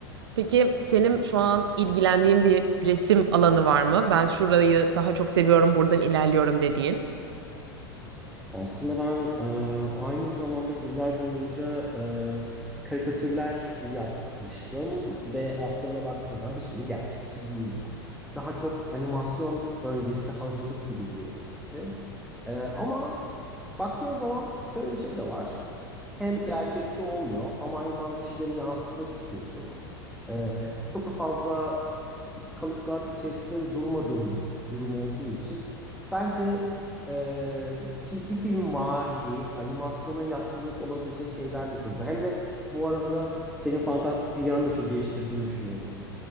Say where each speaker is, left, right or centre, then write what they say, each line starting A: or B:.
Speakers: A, on the right; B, in the centre.
A: Peki senin şu an ilgilendiğin bir resim alanı var mı? Ben şurayı daha çok seviyorum, buradan ilerliyorum dediğin.
B: Aslında ben e, aynı zamanda yıllar boyunca e, karikatürler yapmıştım ve aslında buna baktığınız zaman hiçbiri gerçekçi değildi. Daha çok animasyon öncesi hazırlık gibiydi benimkisi. E, ama baktığın zaman şöyle bir şey de var. Hem gerçekçi olmuyor ama aynı zamanda bir şeyleri yansıtmak istiyorsun. Ee, çok da fazla e, kalıplar içerisinde de durmadığım bir durum olduğu için bence e, çizgi film vari, animasyona yatkınlık olabilecek şeyler de çok güzel. Hem de bu arada senin fantastik dünyanı da çok geliştirdiğini düşünüyorum bunu.